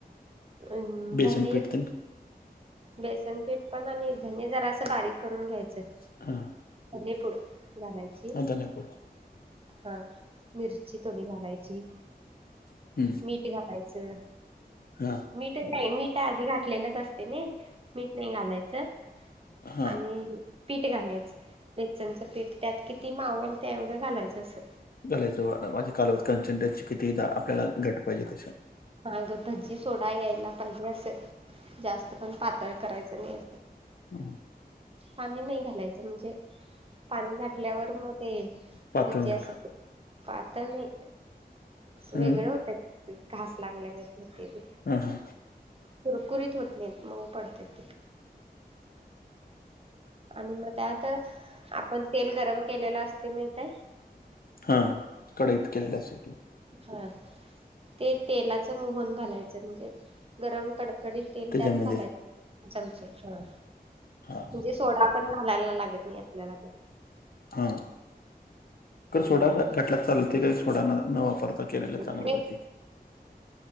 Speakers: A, on the right; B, on the left.
A: अन्
B: बेसन
A: धने
B: पीठ तेन
A: बेसनपीठ पण आणि धने जरासं बारीक करून घ्यायचं.
B: हा
A: म्हजे पुढ घालायच.
B: धणेपूड
A: हा मिरची थोडी घालायची.
B: हम्म
A: मीठ घालायचं
B: हा
A: मीठ ते नाही मीठ आधी घातलेलंच असते ना मीठ नाही घालायचं.
B: हा
A: आणि पीठ घालायचं बेसनचं पीठ त्यात किती मावेल तेवं - घालायचं असं
B: घालायचं माझे <inaudible> कट किती आपल्याला घट्ट पाहिजे तश्या
A: हांग भजी सोडा यायला पाहिजे असं जास्त पण पातळ करायचं नाही.
B: ह
A: पाणी नाही घालायचं म्हणजे पाणी घातल्यावर मग ते-
B: पातळ
A: भजी
B: होणार
A: अस पातळ नाही. अस वेगळ
B: हम्म
A: होत घास लागल्यागत होतेय ते.
B: हा हा
A: कुरकुरीत होत नाही मऊ पडतात ते. आणि मग त्यात आपण तेल गरम केलेलं असते माहिती ये.
B: हा कढईत केलेल्यासाठी.
A: हा ते तेलाच मोहन घालायचं म्हणजे गरम कड- कडकडीत तेल
B: त्याच्यामध्ये
A: त्यात घालायचे <inaudible> चमचे हा
B: हा
A: म्हणजे सोडा पण घालायला लागत नाही आपल्याला तर.
B: हा कर
A: हम्म
B: सोडा ना घाटलात चालते काय सोडा न न वापरता केलेलं चांगलं
A: ते
B: पाहिजे.